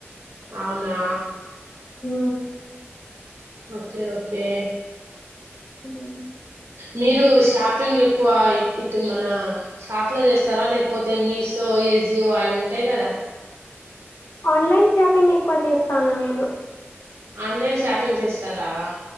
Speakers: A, on the right; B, on the left.
A: అవునా
B: మ్
A: ఒకే ఒకే
B: మ్
A: మీరూ షాపింగ్ ఎక్కువా ఇట్ మనా షాప్ ల చేస్తరా లేక్పోతే మీషో ఎజియో అవి ఉంటాయ్ కదా
B: ఆన్లైన్ షాపింగ్ ఎక్కువ చేస్తాన్ నేను
A: ఆన్లైన్ షాపింగ్ చేస్తారా